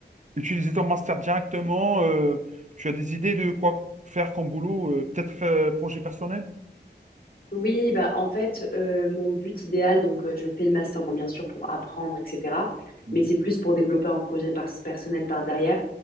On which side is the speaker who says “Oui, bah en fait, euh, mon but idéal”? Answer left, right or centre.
Left